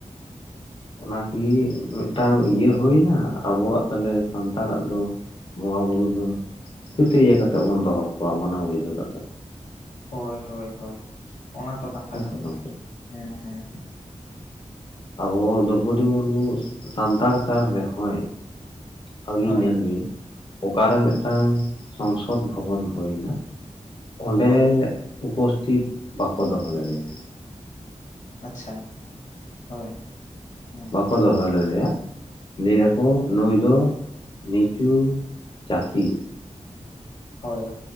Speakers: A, on the left; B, on the left.
A: ᱚᱱᱟᱠᱤ ᱢᱤᱫᱴᱟᱝ ᱤᱭᱟᱹ ᱦᱩᱭ ᱱᱟ ᱟᱵᱚᱣᱟᱜ ᱛᱟᱦᱚᱞᱮ ᱥᱟᱱᱛᱟᱲᱟᱜ ᱫᱚ ᱵᱚᱸᱜᱟ ᱵᱩᱨᱩ ᱫᱚ ᱪᱤᱠᱟᱹᱛᱮ ᱤᱭᱟᱹ ᱠᱟᱛᱮᱜ ᱵᱚᱱ ᱫᱚᱦᱚ ᱠᱚᱣᱟ ᱢᱟᱱᱟᱣ ᱵᱩᱡᱷᱟᱹᱣ ᱠᱟᱛᱮᱫ?
B: ᱦᱳᱭ ᱦᱳᱭ ᱦᱳᱭ, ᱚᱱᱟ ᱛᱚ ᱠᱟᱛᱷᱟ
A: ᱦᱮᱸ
B: ᱠᱟᱱᱟ᱾
A: ᱥᱮ ᱜᱚᱝᱠᱮ
B: ᱦᱮᱸ ᱦᱮᱸ ᱦᱮᱸ᱾
A: ᱟᱵᱚ ᱫᱨᱳᱯᱚᱫᱤ ᱢᱩᱨᱢᱩ ᱥᱟᱱᱛᱟᱲ ᱠᱟᱱ ᱨᱮᱦᱚᱸᱭ, ᱟᱹᱵᱤᱱ
B: ᱦᱳᱭ
A: ᱧᱮᱞ ᱵᱤᱱ ᱚᱠᱟᱨᱮ ᱢᱤᱫᱴᱟᱝ ᱥᱚᱝᱥᱚᱫᱽ ᱵᱷᱚᱵᱚᱱ ᱦᱩᱭ ᱮᱱᱟ ᱚᱸᱰᱮ
B: ᱦᱳᱭ
A: ᱩᱯᱚᱥᱛᱷᱤᱛ ᱵᱟᱠᱚ ᱫᱚᱦᱚ ᱞᱮᱫᱮᱭᱟ᱾
B: ᱟᱪᱪᱷᱟ, ᱦᱳᱭ, ᱦᱮᱸ᱾
A: ᱠᱚ ᱫᱚᱦᱚ ᱞᱫᱮᱭᱟ᱾ ᱞᱟᱹᱭ ᱫᱟᱠᱚ ᱱᱩᱭ ᱫᱚ ᱱᱤᱪᱩ ᱡᱟᱹᱛᱤ᱾
B: ᱦᱳᱭ᱾